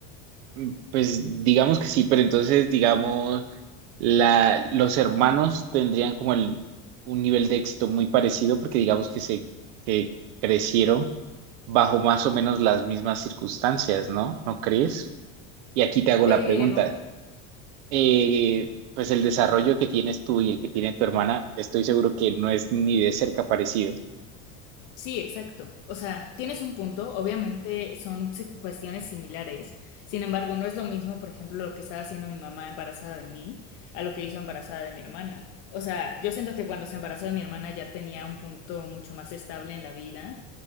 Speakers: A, on the right (about 75°); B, on the left (about 45°).
A: mm, pues digamos que sí, pero entonces digamos la, los hermanos tendrían como el, un nivel de éxito muy parecido porque digamos que se que crecieron bajo más o menos las mismas circunstancias, ¿no? ¿No crees? Y aquí te hago
B: Pero
A: la pregunta. Eh, pues el desarrollo que tienes tú y el que tiene tu hermana, estoy seguro que no es ni de cerca parecido.
B: Sí, exacto. O sea, tienes un punto, obviamente son se- cuestiones similares, sin embargo, no es lo mismo, por ejemplo, lo que estaba haciendo mi mamá embarazada de mí a lo que hizo embarazada de mi hermana. O sea, yo siento que cuando se embarazó de mi hermana ya tenía un punto mucho más estable en la vida